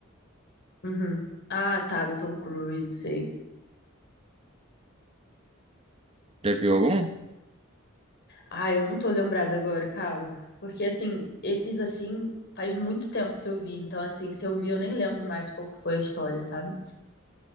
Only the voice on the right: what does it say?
Já viu algum?